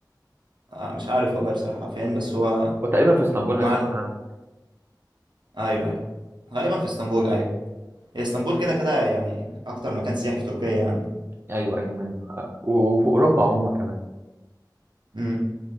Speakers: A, on the right; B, on the right.
A: آه مش عارف والله بصراحه فين بس هو
B: وتقريبا في اسطنبول أنا
A: مع
B: سامع
A: ال-
B: عنه
A: ايوه ايوه غالبا في اسطنبول ايوه هي اسطنبول كده كده يعني اكتر مكان سياحي في تركيا يعني
B: أيوه أيوه من و- وفي أوروبا عموما كمان
A: مم.